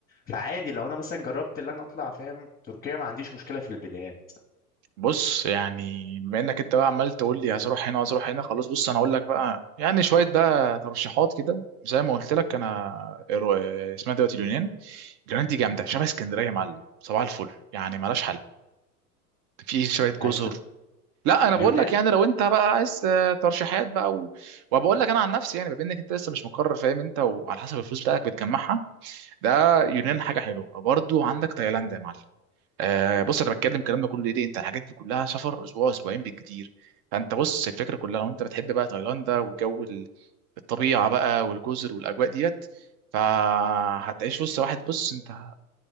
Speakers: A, on the left (about 20°); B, on the right (about 45°).
A: فعادي لو انا مثلا جربت اللي انا اطلع فاهم تركيا ما عنديش مشكله في البدايه
B: بص يعني بما انك انت بقى عمال تقول لي عايز اروح هنا عايز اروح هنا خلاص بص انا اقول لك بقى يعني شويه بقى ترشيحات كده زي ما قلت لك انا رو- اسمها دلوقتي اليونان اليونان دي جامده شبه اسكندريه يا معلم صباح الفل يعني مالهاش حل في شويه
A: عارف
B: جزر
A: ترو...
B: لا انا
A: اليونان
B: بقول لك يعني لو انت بقى عايز آه، ترشيحات بقى و... وبقول لك انا عن نفسي يعني بما انك انت لسه مش مقرر فاهم انت وعلى حسب الفلوس بتاعتك بتجمعها ده يونان حاجه حلوه برضو عندك تايلاند يا معلم آه بص انا بتكلم الكلام ده كله ليه ليه؟ انت الحاجات دي كلها سفر اسبوع اسبوعين بالكتير فانت بص الفكره كلها لو انت بتحب بقى تايلاند والجو ال- الطبيعه بقى والجزر والاجواء ديت فهتعيش وسط واحد بص انت